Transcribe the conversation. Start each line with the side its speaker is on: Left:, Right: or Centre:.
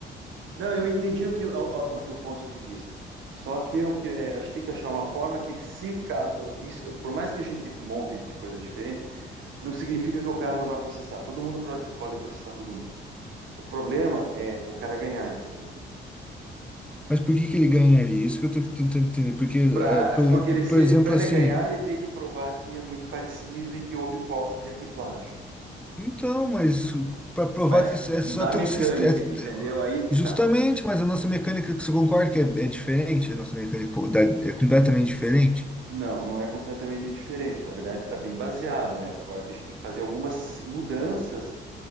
Right: Não, eu entendi o que o, o- o teu ponto de vista. Só que eu que é, a gente tem que achar uma forma que se ca- que isso- por mais que a gente monte de coisa diferente, não significa que o cara não vai processar. Todo mundo pro- pode processar todo mundo. O problema é o cara ganhar, entendeu?
Centre: mas por que que ele ganharia? Isso que eu tô tentando entender. Porque, ah,
Right: Pra,
Centre: por
Right: porque
Centre: exemplo,
Right: ele
Centre: por exemplo,
Right: para ele
Centre: assim.
Right: ganhar, ele teria que provar que é muito parecido e que houve cópia e plágio.
Centre: Então, mas para provar
Right: Mas
Centre: que isso é só
Right: da
Centre: ter
Right: mecânica,
Centre: um sistema.
Right: entendeu? Aí é que
Centre: Justamente,
Right: tá.
Centre: mas a nossa mecânica, você concorda que é, é diferente? A nossa mecânica da- é completamente diferente?
Right: Não, não é completamente diferente. Na verdade, está bem baseado, né? Agora que a gente tem que fazer algumas mudanças